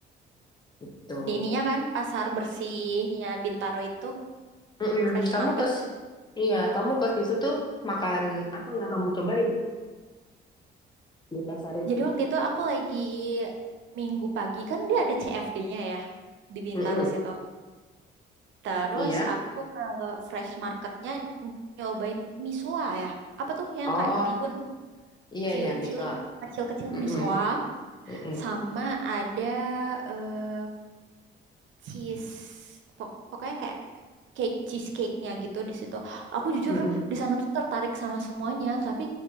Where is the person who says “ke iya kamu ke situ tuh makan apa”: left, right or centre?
Left